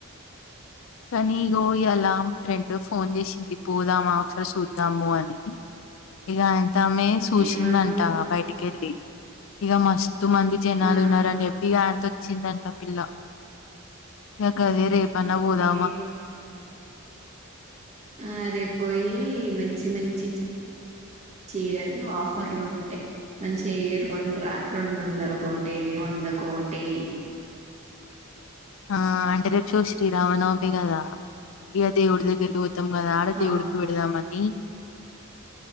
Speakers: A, on the left; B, on the right.
A: కానీ ఇగో ఇలా ఫ్రెండ్ ఫోన్ చేసింది పోదామా ఒకసారి చూద్దాము అని ఇక ఆయన తమె చూసిందంట
B: ఏమన్నావ్
A: బయటికి వెళ్ళి ఇక మస్తు మంది జనాలు
B: ఆ
A: ఉన్నారుని చెప్పి ఇక ఆయనంత చిిందంత పిల్ల ఎకా అదే రేపా అన్న పోదా
B: ఏ ఆ రేపుపోయి మంచి మంచి చీరలు ఆఫర్లు ఉంటే మంచిగా ఏరుకొని రా రెండు వందల కోటి వంద కోటి
A: ఆ అంటే రేపు చూసి రామనవమిగద ఇగ దేవుడుదగ్గరకి తమ్మ ఆడ
B: అవును
A: దేవుడికి పెడదామని